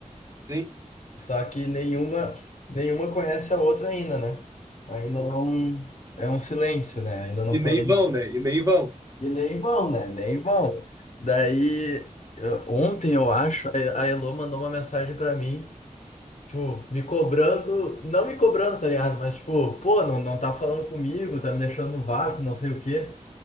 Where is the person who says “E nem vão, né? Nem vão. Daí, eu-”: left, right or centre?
Left